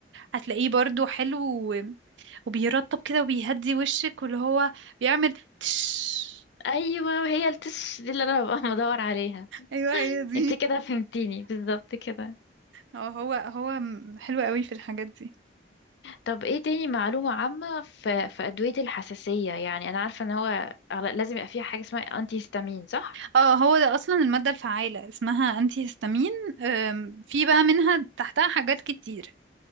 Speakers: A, on the right; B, on the left.
A: هتلاقيه برضو حلو و... وبيرطب كده وبيهدي وشك واللي هو بيعمل تش
B: ايوه هي التش دي اللي انا ببقى <laughs> بدور عليها
A: ايوه هي دي
B: انت كده فهمتيني بالظبط كده
A: هو هو هو م- حلو قوي في الحاجات دي
B: طب ايه تاني معلومة عامة في في أدوية الحساسية يعني أنا عارفة إن هو أغلب- لازم يبقى فيها حاجة اسمها أنتي هيستامين صح؟
A: اه هو ده اصلا المادة الفعالة اسمها انتي هيستامين أم، في بقى منها تحتها حاجات كتير